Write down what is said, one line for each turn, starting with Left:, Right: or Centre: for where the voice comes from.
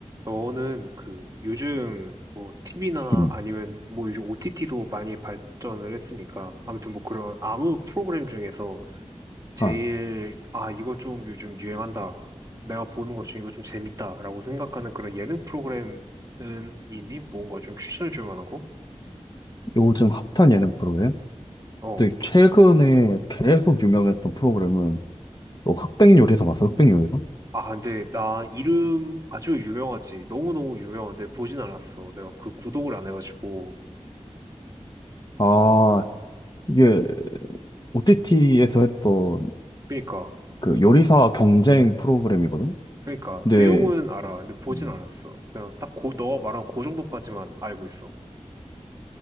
Right: 너는 그 요즘 뭐 TV나
Left: 음.
Right: 아니면 뭐 요즘 OTT도 많이 발전을 했으니까 아무튼 뭐 그런 아무 프로그램 중에서 제일
Left: 아,
Right: 아 이거 좀 요즘 유행한다 내가 보는 것 중에 이거 좀 재밌다라고 생각하는 그런 예능 프로그램은 있니? 뭔가 좀 추천해 줄 만하고?
Left: 요즘 핫한 예능 프로그램?
Right: 어.
Left: 근데 최근에 계속 유명했던 프로그램은 너 흑백 요리사 봤어? 흑백 요리사?
Right: 아 근데 나 이름 아주 유명하지 너무너무 유명한데 보진 않았어 내가 그 구독을 안 해가지고
Left: 아, 이게 OTT에서 했던
Right: 그니까
Left: 그 요리사 경쟁 프로그램이거든?
Right: 그러니까
Left: 근데,
Right: 내용은 알아. 근데 보진
Left: 음,
Right: 않았어. 그냥 딱 고, 너가 말한 그 정도까지만 알고 있어.